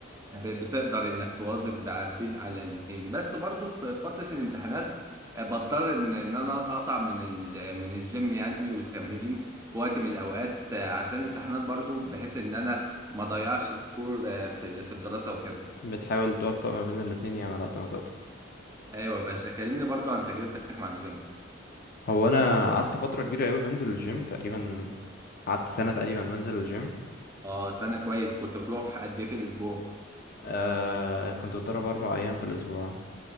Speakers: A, on the right (about 15°); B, on the left (about 50°).
A: بتقدر انك تواظب ب- بين على الاتنين بس برضو في فتره الامتحانات آه، بضطر ان ان انا اقطع من ال... من الجيم يعني والتمرين في وقت من الاوقات آه، عشان الامتحانات برضو بحيث ان انا ما اضيعش سكور آه، في ال- في الدراسة وكده
B: بتحاول توفق ما بين الاتنين يعني على قد ما تقدر
A: ايوه يا باشا كلمني برضو عن تجربتك مع الجيم
B: هو انا قعدت فتره كبيره قوي بنزل الجيم تقريبا قعدت سنه تقريبا بنزل الجيم
A: اه سنة كويس كنت بتروح قد ايه في الاسبوع
B: آه كنت بتدرب اربع ايام في الاسبوع